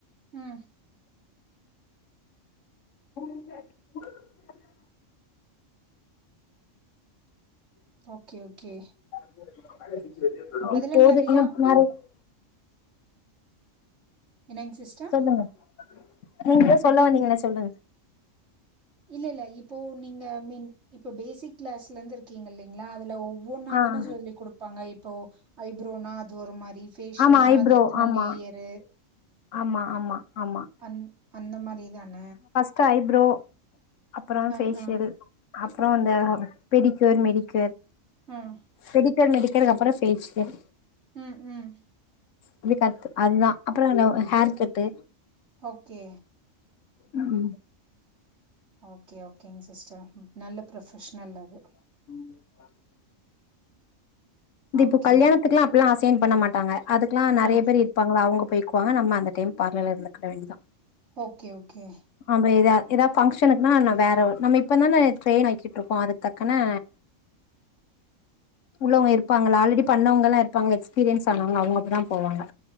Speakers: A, on the right; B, on the left.
A: ம்
B: <unintelligible>
A: ஓகே ஓகே
B: <unintelligible>
A: அதுல நெறையா மீன் என்னங்க சிஸ்டர்?
B: சொல்லுங்க நீங்களே சொல்ல வந்தீங்கள சொல்லுங்க
A: இல்ல இல்ல இப்போ நீங்க மின் இப்போ பேசிக் கிளாஸ்ல இருந்து இருக்கீங்க இல்லலைங்களா அதுல ஒவ் ஒவ்வொன்னாதான
B: ஆ
A: சொல்லி குடுப்பாங்க இப்போ ஐப்ரோனா அது ஒரு மாரி ஃபேஷியல்னா
B: ஆமா ஐப்ரோ
A: அது எத்தன
B: ஆமா
A: லேயரு
B: ஆமா ஆமா ஆமா
A: அ அந்த மாரி தான
B: த ஐப்ரோ அப்றோம்
A: ம்
B: ஃபேஷியல்
A: ம்
B: அப்றோம் அந்த பெடிக்கூயர் மெடிக்கூயர்
A: ம்
B: பெடிக் கூயர் மெடிக்கூயர் அப்றோம் ஃபேஷியல்
A: ம் ம்
B: இப்டி கத்து அதுதான் அப்றோம் இந்த ஹேர் கட்டு
A: ஓகே
B: ம்
A: ஓகே ஓகேங்க சிஸ்டர் நல்ல ப்ரொபஷனல் அது
B: <inaudible> இந்த
A: ஓகே
B: இப்போ கல்யாணத்துக்குல்லாம் அப்பெல்லாம் அசைன் பண்ண மாட்டாங்க அதுக்கல்லாம் நறைய
A: ஆ
B: பேர் இரு ப்பாங்கள அவுங்க போய்க்குவாங்க நம்ம அந்த டைம் பார்ல இருந்துக்கிட வேண்டியதான்
A: ஓகே ஓகே
B: ஆம ஏதா ஏதாவது ஃபங்க்ஷனுக்குனா வேற நம்ம இப்ப தான ட்ரெயின் ஆக்கிட்டு இருக்கோம் அதுக்கு டக்குன்னு
A: <unintelligible>
B: உள்ளவங்க இருப்பாங்கல ஆல்ரெடி பண்ணவங்கல்லாம இருப்பாங்க எக்ஸ்பீரியன்ஸ் ஆனவங்க அவுங்க மட்டுதான் போவாங்க